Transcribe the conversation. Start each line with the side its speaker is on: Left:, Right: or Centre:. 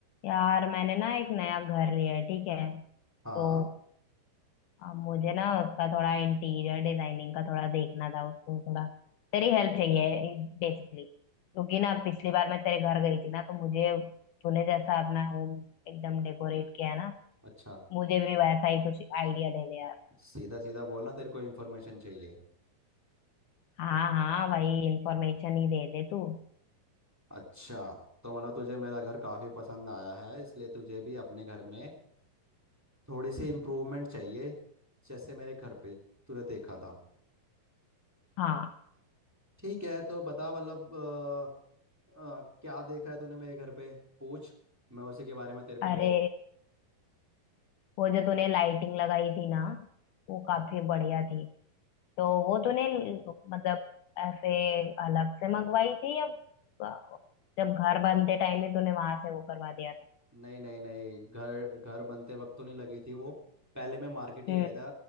Left: यार मैंने ना एक नया घर लिया है ठीक है
Centre: हाँ
Left: तो अब मुझे ना उसका थोड़ा इंटीरियर डिजाइनिंग का थोड़ा देखना था उसको थोड़ा तेरी हेल्प चाहिए बेसिकली क्योंकि ना पिछली बार मैं तेरे घर गई थी ना तो मुझे तूने जैसा अपना होम एकदम डेकोरेट किया है ना
Centre: अच्छा
Left: मुझे भी वैसा ही कुछ आइडिया दे दे यार
Centre: सीधा सीधा बोलना तेरे को इन्फॉर्मेशन चाहिए
Left: हाँ हाँ भाई इंफॉर्मेशन ही दे दे तू
Centre: अच्छा तो मतलब तुझे मेरा घर काफ़ी पसंद आया है इसलिए तुझे भी अपने घर में थोड़ी सी इम्प्रूवमेंट चाहिए जैसे मेरे घर पे तूने देखा था
Left: हाँ
Centre: ठीक है तो बता मतलब अ, अ, क्या देखा है तूने मेरे घर पे पूछ मैं उसी के बारे में तेरे को
Left: अरे वो जो तूने लाइटिंग लगाई थी ना वो काफी
Centre: हाँ
Left: बढ़िया थी तो वो तूने ल- मतलब ऐसे अलग से मंगवाई थी या ब- जब घर बनते टाइम ही तूने वहां से वो करवा दिया था
Centre: नहीं नहीं नहीं घर घर बनते वक्त तो नहीं लगी थी वो पहले मैं मार्केट ही
Left: हम्म
Centre: गया था